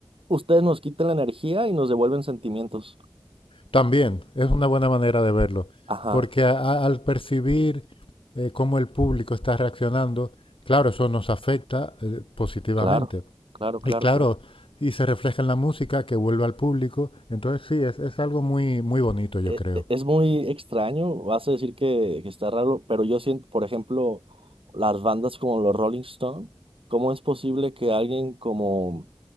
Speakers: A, on the right; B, on the left.
A: ustedes nos quitan la energía y nos devuelven sentimientos.
B: también es una buena manera de verlo,
A: Ajá,
B: porque a- a- al percibir eh, cómo el público está reaccionando, claro, eso nos afecta eh, positivamente.
A: claro, claro, claro,
B: Y claro,
A: claro.
B: y se refleja en la música que vuelve al público. Entonces sí, es, es algo muy, muy bonito, yo
A: e-
B: creo.
A: e- Es muy extraño, vas a decir que, que está raro, pero yo siento, por ejemplo, las bandas como los Rolling Stone, ¿cómo es posible que alguien como